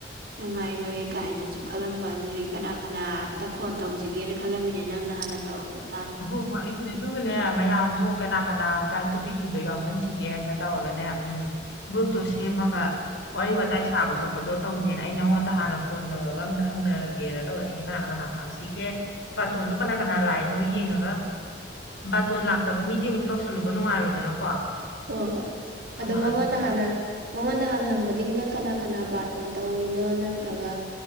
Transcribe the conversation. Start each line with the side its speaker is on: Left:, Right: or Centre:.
Right: ꯅꯨꯡꯉꯥꯏꯔꯣꯏ ꯀꯥꯏꯅꯁꯨ ꯈꯜꯂꯝꯕ ꯑꯗꯨꯗꯤ ꯀꯅꯥ ꯀꯅꯥꯗ ꯐꯣꯟ ꯇꯧꯁꯤꯒꯦꯅ ꯈꯜꯂꯝꯃꯤꯅꯦ ꯅꯪꯅ ꯍꯥꯏ ꯇ
Left: ꯑ ꯍꯣꯏ ꯍꯣꯏ ꯑꯩꯁꯨꯅꯦ ꯑꯗꯨꯒꯅꯦ ꯃꯌꯥꯝꯗꯣ ꯀꯅꯥ ꯀꯅꯥ ꯕ꯭ꯔꯥꯏꯠ ꯇꯨꯕꯤꯒꯤꯗꯣ ꯌꯥꯎꯍꯟꯁꯤꯒꯦ ꯇꯧꯔꯒꯅꯦ ꯎ ꯒ꯭ꯔꯨꯞꯇꯣ ꯁꯦꯝ ꯑꯃꯒ ꯋꯥꯔꯤ ꯋꯥꯇꯥꯏ ꯁꯥꯕ ꯈꯣꯠꯄꯗꯣ ꯇꯧꯖꯦꯅ ꯑꯩ ꯅꯪꯉꯣꯟꯗ ꯍꯥꯟꯅ ꯐꯣꯟ ꯇꯧꯔꯒ ꯑꯝꯇ ꯍꯪꯅꯔꯒꯦꯅ ꯛ ꯀꯅꯥ ꯀꯅꯥ ꯍꯥꯞꯒꯦ ꯕꯥꯇꯣꯟ ꯀꯅꯥ ꯀꯅꯥ ꯅ ꯌꯦꯡꯉꯒ ꯕꯥꯇꯣꯟ ꯂꯥꯛꯇꯕ ꯃꯤꯗꯤ ꯑꯃꯨꯛ ꯇꯧꯁꯜꯂꯨꯕ ꯅꯨꯡꯉꯥꯏꯔꯣꯏꯗꯅꯀꯣ
Right: ꯍꯣ ꯍꯣꯏ ꯑꯗꯣ
Left: ꯑꯥ
Right: ꯃꯉꯣꯟꯗ
Left: ꯑꯗꯨ
Right: ꯍꯥꯟꯅ ꯃꯉꯣꯟꯗ ꯍꯥꯟꯅ ꯍꯥꯡꯕꯗꯒꯤ ꯅꯪ ꯀꯅꯥ ꯀꯅꯥ ꯕꯥꯔꯇꯣꯟ ꯇꯧꯔꯤꯅꯣ ꯅꯠꯇ꯭ꯔꯒ